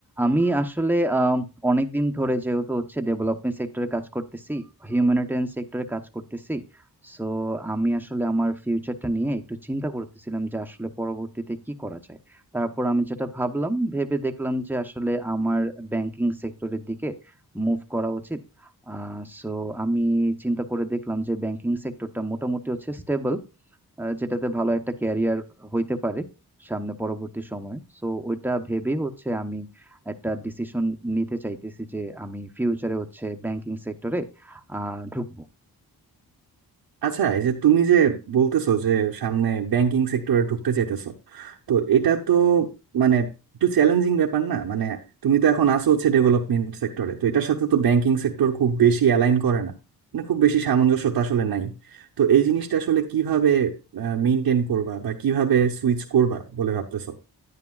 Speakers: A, in the centre; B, on the right.
A: আমি আসলে আম অনেকদিন ধরে যেহেতু হচ্ছে ডেভেলপমেন্ট সেক্টরে কাজ করতেছি, হিউম্যানিটেরিয়ান সেক্টরে কাজ করতেছি। সো আমি আসলে আমার ফিউচারটা নিয়ে একটু চিন্তা করতেছিলাম যে আসলে পরবর্তীতে কি করা যায়। তারপর আমি যেটা ভাবলাম, ভেবে দেখলাম যে আসলে আমার ব্যাংকিং সেক্টরের দিকে মুভ করা উচিত। আ সো আমি চিন্তা করে দেখলাম যে ব্যাংকিং সেক্টরটা মোটামুটি হচ্ছে স্টেবল। আহ, যেটাতে ভালো একটা ক্যারিয়ার হইতে পারে সামনে পরবর্তী সময়ে সো ওইটা ভেবেই হচ্ছে আমি একটা ডিসিশন নিতে চাইতেছি যে আমি ফিউচারে হচ্ছে ব্যাংকিং সেক্টরে আহ ঢুকবো
B: আচ্ছা এই যে তুমি যে বলতেছো যে সামনে ব্যাংকিং সেক্টরে ঢুকতে চাইতেছো তো এটা তো মানে একটু চ্যালেঞ্জিং ব্যাপার না মানে তুমি তো এখন আসো হচ্ছে ডেভেলপমেন্ট সেক্টরে তো এটার সাথে তো ব্যাংকিং সেক্টর খুব বেশি অ্যালাইন করে না মানে খুব বেশি সামঞ্জস্যতা আসলে নাই তো এই জিনিসটা আসলে কিভাবে মেনটেন করবা বা কিভাবে সুইচ করবা বলে ভাবতেছো